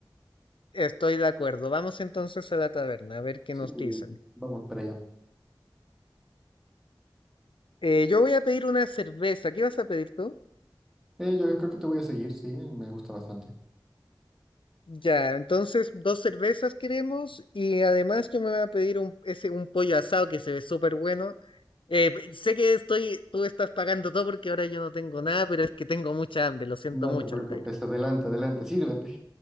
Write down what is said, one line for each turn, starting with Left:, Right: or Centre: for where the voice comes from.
Left: Estoy de acuerdo. Vamos entonces a la taberna a ver qué
Centre: Sí,
Left: nos dicen.
Centre: vamos para allá.
Left: Eh, yo voy a pedir una cerveza. ¿Qué vas a pedir tú?
Centre: Eh, yo creo que te voy a seguir, sí, me gusta bastante.
Left: Ya, entonces dos cervezas queremos y además yo me voy a pedir un, ese, un pollo asado que se ve súper bueno. Eh, p- sé que estoy, tú estás pagando todo porque ahora yo no tengo nada, pero es que tengo mucha hambre, lo siento
Centre: No
Left: mucho,
Centre: te preocupes,
Left: Altair.
Centre: adelante, adelante, sírvete.